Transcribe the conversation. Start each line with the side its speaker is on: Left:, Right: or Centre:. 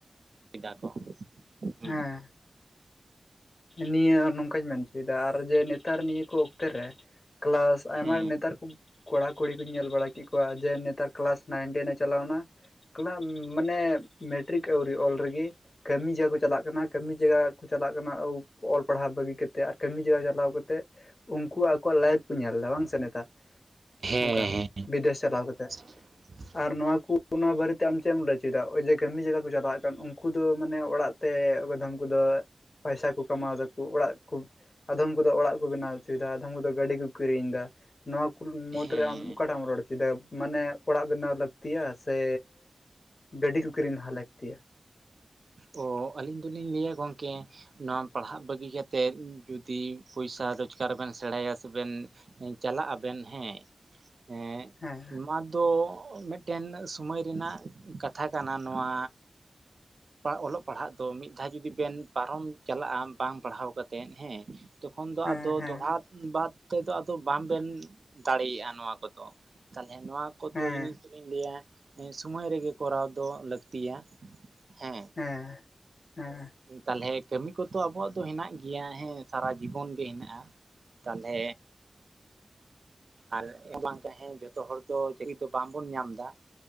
Right: ᱮᱫᱟ ᱠᱚ ᱦᱩᱸ
Left: ᱦᱮᱸ ᱱᱤᱭᱟᱹ ᱱᱚᱝᱠᱟᱧ ᱢᱮᱱ ᱦᱚᱪᱚᱭᱮᱫᱟ ᱟᱨ ᱡᱮ ᱱᱮᱛᱟᱨ ᱱᱤᱭᱟᱹ ᱠᱚ ᱚᱠᱛᱮ ᱨᱮ ᱠᱮᱞᱟᱥ ᱟᱭᱢᱟ
Right: ᱦᱮᱸ
Left: ᱱᱮᱛᱟᱨ ᱠᱚ ᱠᱚᱲᱟ ᱠᱩᱲᱤ ᱠᱚᱧ ᱧᱮᱞ ᱵᱟᱲᱟ ᱠᱮᱫ ᱠᱚᱣᱟ ᱡᱮ ᱱᱮᱛᱟᱨ ᱠᱞᱟᱥ ᱱᱟᱭᱤᱱ ᱴᱮᱱ ᱮ ᱪᱟᱞᱟᱣᱱᱟ ᱠᱟᱱᱟ ᱢᱟᱱᱮ ᱢᱮᱴᱨᱤᱠ ᱟᱹᱣᱨᱤ ᱚᱞ ᱨᱮᱜᱮ ᱠᱟᱹᱢᱤ ᱡᱟ ᱠᱚ ᱪᱟᱞᱟᱜ ᱠᱟᱱᱟ ᱠᱟᱹᱢᱤ ᱡᱟᱭᱜᱟ ᱠᱚ ᱪᱟᱞᱟᱜ ᱠᱟᱱᱟ ᱚᱞ ᱯᱟᱲᱦᱟᱣ ᱵᱟᱹᱜᱤ ᱠᱟᱛᱮᱫ ᱟᱨ ᱠᱟᱹᱢᱤ ᱡᱟᱭᱜᱟ ᱪᱟᱞᱟᱣ ᱠᱟᱛᱮᱮᱫ ᱩᱱᱠᱩ ᱟᱠᱚᱣᱟᱜ ᱞᱟᱭᱤᱯᱷ ᱠᱚ ᱧᱮᱞ ᱮᱫᱟ ᱵᱟᱝ ᱥᱮ ᱱᱮᱛᱟᱨ
Right: ᱦᱮᱸ
Left: ᱱᱚᱝᱠᱟ
Right: ᱦᱮᱸ
Left: ᱵᱤᱫᱮᱥ ᱪᱟᱞᱟᱣ ᱠᱟᱛᱮᱫ
Right: <inaudible>
Left: ᱟᱨ ᱱᱚᱣᱟ ᱠᱚ ᱚᱱᱟ ᱵᱟᱨᱮ ᱛᱮ ᱟᱢ ᱪᱮᱫ ᱮᱢ ᱞᱟᱹᱭ ᱚᱪᱚᱭᱮᱫᱟ ᱱᱚᱜᱼᱚᱭ ᱡᱮ ᱠᱟᱹᱢᱤ ᱡᱟᱭᱜᱟ ᱠᱚ ᱪᱟᱞᱟᱜ ᱠᱟᱱ ᱩᱱᱠᱩ ᱫᱚ ᱢᱟᱱᱮ ᱚᱲᱟᱜ ᱛᱮ ᱚᱠᱚᱭᱫᱚᱢ ᱠᱚᱫᱚ ᱯᱟᱭᱥᱟ ᱠᱚ ᱠᱟᱢᱟᱣ ᱫᱟᱠᱚ ᱚᱲᱟᱜ ᱠᱚ ᱟᱫᱷᱚᱢ ᱠᱚᱫᱚ ᱚᱲᱟᱜ ᱠᱚ ᱵᱮᱱᱟᱣ ᱦᱚᱪᱚᱭᱮᱫᱟ ᱟᱫᱷᱚᱢ ᱠᱚᱫᱚ ᱜᱟᱹᱰᱤ ᱠᱚ ᱠᱤᱨᱤᱧ ᱮᱫᱟ ᱱᱚᱣᱟ ᱠᱚ
Right: ᱦᱮᱸ
Left: ᱢᱩᱫᱽᱨᱮ ᱟᱢ ᱚᱠᱟᱴᱟᱜ ᱮᱢ ᱨᱚᱲ ᱦᱚᱪᱚᱭᱫᱟ ᱢᱟᱱᱮ ᱚᱲᱟᱜ ᱵᱮᱱᱟᱣ ᱞᱟᱹᱠᱛᱤᱭᱟ ᱥᱮ ᱜᱟᱹᱰᱤ ᱠᱚ ᱠᱤᱨᱤᱧ ᱞᱟᱦᱟ ᱞᱟᱹᱠᱛᱤᱭᱟ
Right: ᱚ ᱟᱹᱞᱤᱧ ᱫᱚᱞᱤᱧ ᱞᱟᱹᱭᱟ ᱜᱚᱢᱠᱮ ᱱᱚᱣᱟ ᱯᱟᱲᱦᱟᱜ ᱵᱟᱹᱜᱤ ᱠᱟᱛᱮᱫ ᱡᱩᱫᱤ ᱯᱚᱭᱥᱟ ᱨᱳᱡᱽᱠᱟᱨ ᱵᱮᱱ ᱥᱮᱬᱟᱭᱟ ᱥᱮᱵᱮᱱ ᱪᱟᱞᱟᱜ ᱟᱵᱮᱱ ᱦᱮᱸ ᱚᱸ
Left: ᱦᱮᱸ
Right: ᱱᱚᱣᱟ ᱫᱚ ᱢᱤᱫ ᱢᱤᱫᱴᱮᱱ ᱥᱳᱢᱚᱭ ᱨᱮᱱᱟᱜ ᱠᱟᱛᱷᱟ ᱠᱟᱱᱟ ᱱᱚᱣᱟ ᱚᱞᱚᱜ ᱯᱟᱲᱦᱟᱜ ᱫᱚ ᱢᱤᱫ ᱫᱷᱟᱣ ᱡᱩᱫᱤ ᱵᱮᱱ ᱯᱟᱨᱚᱢ ᱪᱟᱞᱟᱜᱼᱟ ᱵᱟᱝ ᱯᱟᱲᱦᱟᱣ ᱠᱟᱛᱮᱫ ᱦᱮᱸ ᱛᱚᱠᱷᱚᱱ ᱫᱚ
Left: ᱦᱮᱸ
Right: ᱟᱫᱚ
Left: ᱦᱮᱸ
Right: ᱫᱚᱦᱲᱟ ᱵᱟᱫ ᱛᱮ ᱫᱚ ᱟᱫᱚ ᱵᱟᱝ ᱵᱮᱱ ᱫᱟᱲᱮᱭᱟᱜᱼᱟ ᱱᱚᱣᱟ ᱠᱚᱫᱚ ᱛᱟᱦᱚᱞᱮ ᱱᱚᱣᱟ ᱠᱚᱫᱚ
Left: ᱦᱮᱸ
Right: ᱡᱤᱱᱤᱥ ᱫᱚ ᱞᱤᱧ ᱞᱟᱹᱭᱟ ᱥᱳᱢᱟᱹᱭ ᱨᱮ ᱜᱮ ᱠᱚᱨᱟᱣ ᱫᱚ ᱞᱟᱹᱠᱛᱤᱭᱟ ᱦᱮᱸ
Left: ᱦᱮᱸ ᱦᱮᱸ
Right: ᱛᱟᱞᱦᱮ ᱠᱟᱹᱢᱤ ᱠᱚ ᱛᱚ ᱟᱵᱚᱣᱟᱜ ᱫᱚ ᱦᱮᱱᱟᱜ ᱜᱮᱭᱟ ᱦᱮᱸ ᱥᱟᱨᱟ ᱡᱤᱵᱚᱱ ᱜᱮ ᱦᱮᱱᱟᱜᱼᱟ ᱛᱟᱞᱦᱮ ᱟᱨ ᱵᱟᱝ ᱛᱟᱦᱮᱸᱫ ᱡᱚᱛᱚ ᱦᱚᱲ ᱫᱚ ᱪᱟᱹᱠᱨᱤ ᱫᱚ ᱵᱟᱝᱵᱚᱱ ᱧᱟᱢ ᱮᱫᱟ